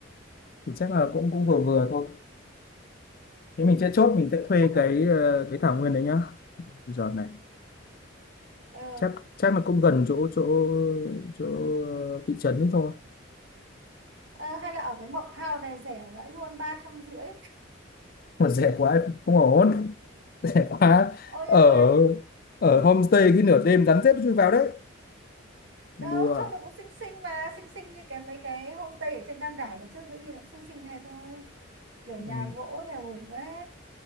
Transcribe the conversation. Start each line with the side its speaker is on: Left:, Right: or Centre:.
Left: thì chắc là cũng cũng vừa vừa thôi thế mình sẽ chốt mình sẽ thuê
Right: chắc
Left: cái
Right: là
Left: ờ, cái thảo nguyên đấy nhá giờ này
Right: ờ,
Left: chắc chắc là cũng gần chỗ chỗ chỗ ờ, thị trấn đấy thôi
Right: ờ, hay là ở cái Mộc Hào này rẻ vãi luôn ba trăm rưỡi
Left: mà rẻ quá cũng không ổn <laughs> rẻ quá
Right: ôi
Left: ở
Right: nhưng mà
Left: ở homestay cái nửa đêm rắn rết nó chui vào đấy đùa
Right: đâu trông nó cũng xinh xinh mà xinh xinh như cái mấy cái homestay ở trên Tam Đảo nó trước giữ đi nó cũng xinh xinh này thôi kiểu nhà
Left: ừ.
Right: gỗ nhà bụng ấy